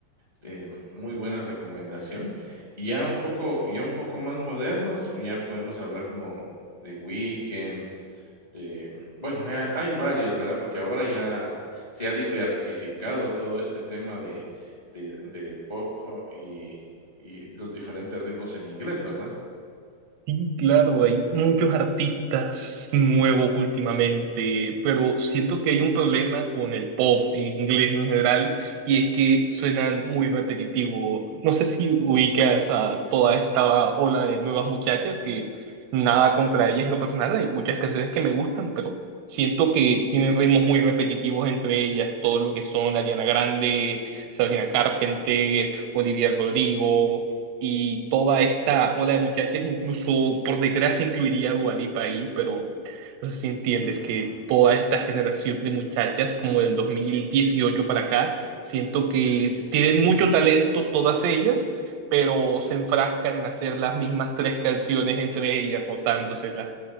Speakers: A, on the left; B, on the right.
A: te muy buena recomendación. Y ya un poco ya un poco más modernos, ya podemos hablar como de Weekend. de, bueno, ha- hay varios, ¿verdad? Porque ahora ya se ha diversificado todo este tema de, de, de pop oh, y, y los diferentes ritmos en inglés, ¿verdad?
B: Sí, claro, hay muchos artistas nuevos últimamente, pero siento que hay un problema con el pop en inglés en general y es que suenan muy repetitivo. No sé si ubicas a toda esta ola de nuevas muchachas que nada contra ellas en lo personal, hay muchas canciones que me gustan, pero siento que tienen ritmos muy repetitivos entre ellas, todo lo que son Ariana Grande, Sabrina Carpenter, Olivia Rodrigo y toda esta ola de muchachas, incluso por desgracia incluiría a Dua Lipa ahí, pero no sé si entiendes
A: Ujú,
B: que toda esta generación de muchachas, como del 2018 para acá, siento que
A: Sí.
B: tienen mucho talento todas ellas, pero
A: ujú.
B: se enfrascan en hacer las mismas tres canciones entre ellas, rotándoselas.